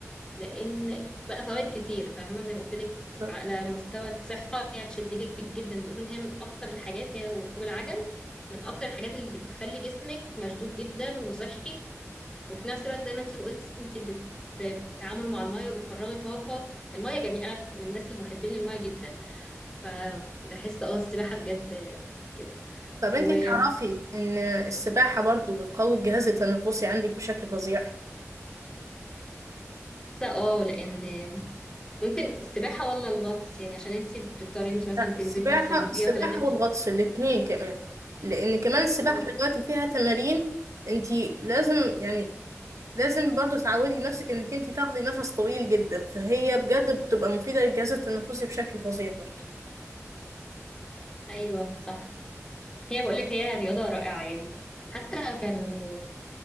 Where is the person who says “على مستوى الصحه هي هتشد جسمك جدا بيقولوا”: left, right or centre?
Left